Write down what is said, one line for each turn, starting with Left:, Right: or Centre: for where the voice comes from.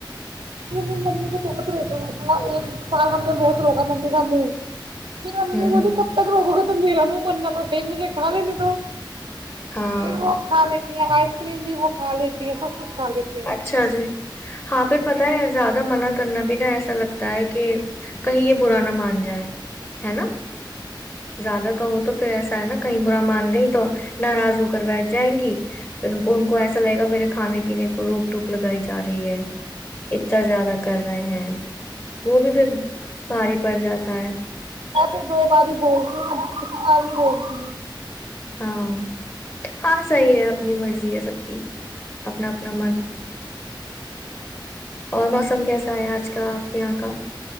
Right: یہ م ممی تو بہت روز ہوا تھا سال ہم نے بہت روکا ممی کا منہ مری ممی
Left: ہوں
Right: بولی
Left: ہوں
Right: کب تک روے تو میرا مننا پڑ گے مجھے کال ن تو
Left: ہاں
Right: پھر وہ کھا لیتے آئس کریم بھی وہ کھا لیتی ہے سب کچھ کر دی تھ ہےی
Left: اچھا جی ہاں پھر پتا ہے زیادہ زدہ منع کرنا بھی نا ایسا لگتا ہے کہ کہیں یہ برا نہ مان جائے ہے نا زیادہ کہو تو پھر ایسا ہےا کہیں برا مان نہیں تو ناراض ہو کر بیٹھ جائیں گی پ ان کو ایسا لگے گا میرے کھانے پینے روک روک لگائی ج جا رہی ہے اچا زیادہ کر رہے ہیں وہ بھی پھر بھاری پڑ جاتا ہے
Right: میں پھر دو بار بولتی کسی نہیں بول اور
Left: ہاں ہاں صحیح ہے اپنی مرضی ہے سب کی اپنا اپنا من اور موسم کیسا ہے آج کا آپ کے یہاں کا